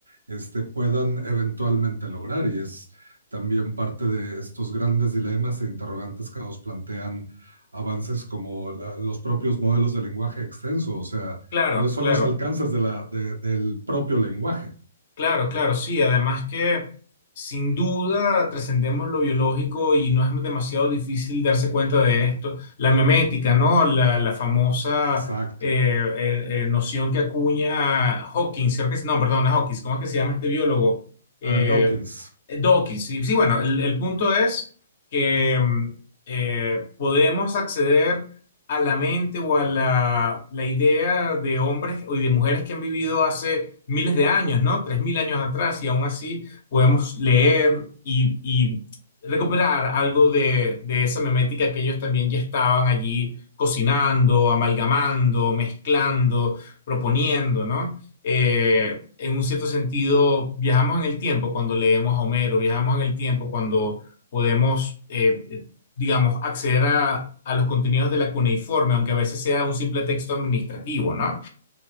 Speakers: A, on the right (about 80°); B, on the left (about 50°).
A: este, puedan eventualmente lograr. Y es también parte de estos grandes dilemas e interrogantes que nos plantean avances como la- los propios modelos de lenguaje extenso, o sea,
B: Claro,
A: cuáles son
B: claro.
A: los alcances de la, de- del propio lenguaje.
B: Claro, claro, sí. Además que sin duda trascendemos lo biológico y no es demasiado difícil darse cuenta de esto. La memética, ¿no? La, la famosa
A: Exacto.
B: eh, eh, eh, noción que acuña Hawkins, creo que es, no, perdón, no es Hawkins, ¿cómo es que se llama este biólogo? Eh,
A: Ah, Dawkins.
B: Dawkins. Sí, sí, bueno, el, el punto es que mm, eh, podemos acceder a la mente o a la, la idea de hombres y de mujeres que han vivido hace miles de años, ¿no? Tres mil años atrás, y aún así podemos leer y, y recuperar algo de, de esa memética que ellos también ya estaban allí cocinando, amalgamando, mezclando, proponiendo, ¿no? Eh, en un cierto sentido, viajamos en el tiempo cuando leemos a Homero, viajamos en el tiempo cuando podemos eh, digamos, acceder a, a los contenidos de la cuneiforme, aunque a veces sea un simple texto administrativo, ¿no?